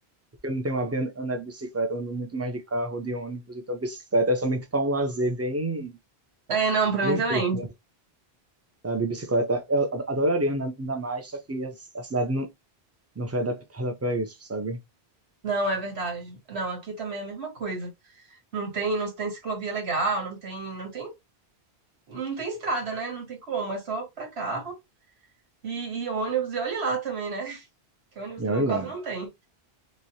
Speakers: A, on the right; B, on the right.
A: Porque eu não tenho hábito de andar de bicicleta, eu ando muito mais de carro, de ônibus, então bicicleta é somente para um lazer bem,
B: É, não, pra
A: bem
B: mim também.
A: curto, sabe? Bicicleta, eu ad- adoraria andar, andar mais, só que a, a cidade não, não foi adaptada para isso, sabe?
B: Não, é verdade. Não, aqui também é a mesma coisa. Não tem, não tem ciclovia legal, não tem, não tem, não tem estrada, né? Não tem como, é só pra carro e, e ônibus. E olhe lá também, né? <laughs> Que ônibus
A: E
B: também
A: olha lá.
B: quase não tem.